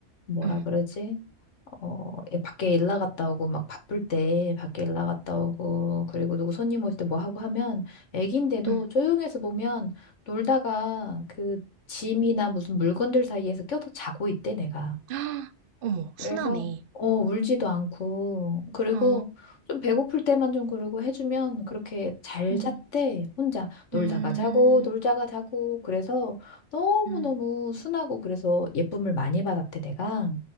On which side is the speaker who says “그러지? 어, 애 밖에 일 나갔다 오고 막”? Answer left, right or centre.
Left